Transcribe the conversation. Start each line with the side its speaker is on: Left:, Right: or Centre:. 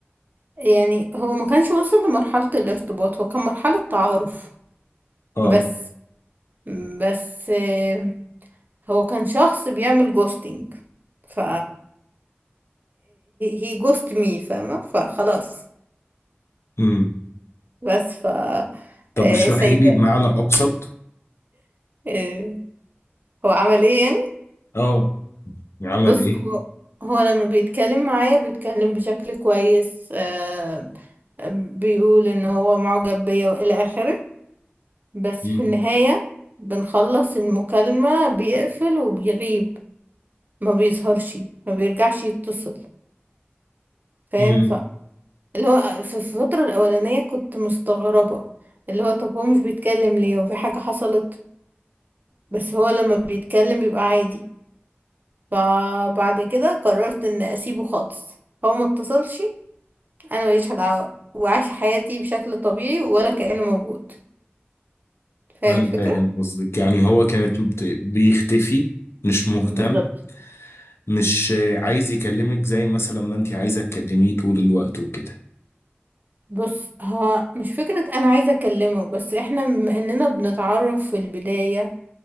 Right: يعني هو ما كانش وصل لمرحلة الارتباط هو كان مرحلة تعارف
Left: اه
Right: بس بس آه، هو كان شخص بيعمل جوستنج ف هي جوست مي فاهمة فخلاص
Left: امم
Right: بس ف
Left: طب
Right: آه،
Left: اشرحي
Right: سايباه
Left: لي بمعنى ابسط
Right: آه، هو عمل ايه يعني
Left: اه عمل
Right: بص
Left: ايه
Right: هو هو لما بيتكلم معايا بيتكلم بشكل كويس آه بيقول ان هو معجب بيا والى اخره بس
Left: امم
Right: في النهاية بنخلص المكالمة بيقفل وبيغيب ما بيظهرش ما بيرجعش يتصل فاهم
Left: امم
Right: ف اللي هو في في الفترة الأولانية كنت مستغربة اللي هو طب هو مش بيتكلم ليه وفي حاجة حصلت بس هو لما بيتكلم بيبقى عادي فبعد كده قررت ان اسيبه خالص هو ما اتصلش انا ماليش دعوه وعايشه حياتي بشكل طبيعي ولا كأنه موجود فاهم
Left: انا
Right: الفكره
Left: فاهم قصدك يعني هو كانت بت- بيختفي مش مهتم
Right: بالظبط
Left: مش آه، عايز يكلمك زي مثلا ما انت عايزة تكلميه طول الوقت وكده
Right: بص هو مش فكرة أنا عايزة أكلمه بس إحنا بما إننا بنتعرف في البداية